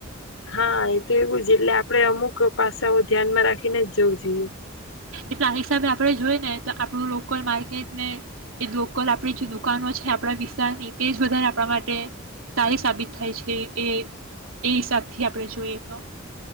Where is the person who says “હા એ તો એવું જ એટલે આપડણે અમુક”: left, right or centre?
Left